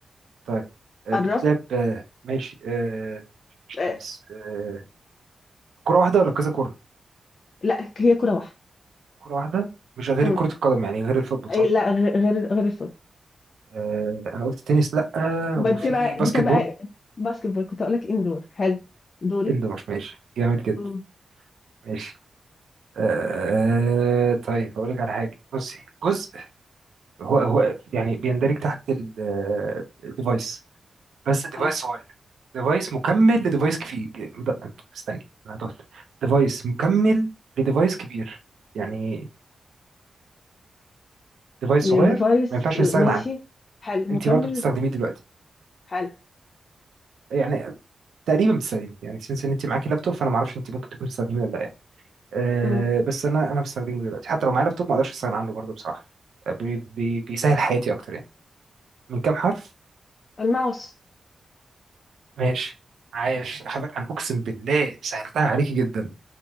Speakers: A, on the right; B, on the left.
A: طيب آه،
B: قرب
A: بتتلعب آه، ماشي آه، مش تنس
B: آه
A: آه، كرة واحدة ولا كذا كرة؟
B: لأ هي كورة واحدة
A: كرة واحدة مش غير
B: مم.
A: كرة القدم يعني غير الفوتبول
B: أي
A: صح؟
B: لأ غ- غير غير الفوت
A: آه، أنا قلت تنس لأ
B: ب-
A: وفي
B: بتبقى
A: باسكت
B: بتبقى
A: بول
B: باسكت بول كنت أقولك اندور حلو دوري
A: اندور ماشي جامد جدا
B: مم.
A: ماشي آه، طيب أقول لك على حاجة بصي جزء هو هو يعني بيندرج تحت الديفايس بس ديفايس
B: حلو
A: صغير ديفايس مكمل لديفايس كبير استني أنا هتقول ديفايس مكمل لديفايس كبير يعني ديفايس
B: الديفايس
A: صغير ما ينفعش
B: آه،
A: نستغنى
B: ماشي
A: عنه
B: حلو مكمل
A: انت برضو بتستخدميه دلوقتي
B: حلو
A: يعني تقريبا بتستخدميه يعني سنس ان انت معاكي لابتوب فانا ما اعرفش انت ممكن تكون بتستخدميه ولا لا يعني. أه
B: مم.
A: بس انا انا بستخدمه دلوقتي حتى لو معايا لابتوب ما اقدرش استغنى عنه برضو بصراحه آه، بي بي بيسهل حياتي اكتر يعني من كام حرف
B: الماوس
A: ماشي عايش حضرتك انا اقسم بالله سهلتها عليكي جدا